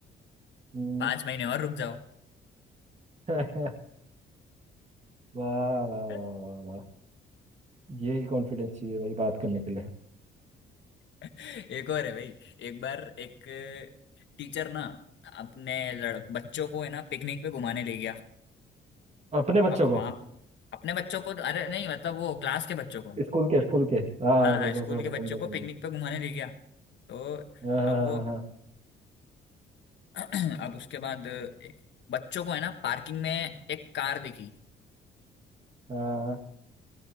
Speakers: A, on the right; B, on the left.
A: हम्म
B: पांच महीने और रुक जाओ
A: <laughs> वाह
B: <laughs>
A: वाह वाह वाह वाह यही कॉन्फिडेंस चाहिए भाई बात करने के लिए
B: एक और है भाई एक बार एक टीचर ना अपने लड़ बच्चों को है ना पिकनिक पे घुमाने ले गया
A: अपने बच्चों
B: अब
A: को
B: वहां अपने बच्चों को अरे नहीं मतलब वो क्लास के बच्चों को
A: स्कूल के स्कूल के हाँ
B: हाँ हाँ
A: तो, तो,
B: स्कूल
A: तो,
B: के बच्चों
A: समझा
B: को
A: समझा
B: पिकनिक पे घुमाने ले गया तो
A: हाँ
B: अब
A: हाँ
B: वो
A: हाँ हाँ
B: <clears throat> अब उसके बाद बच्चों को है ना पार्किंग में एक कार दिखी
A: हाँ, हाँ,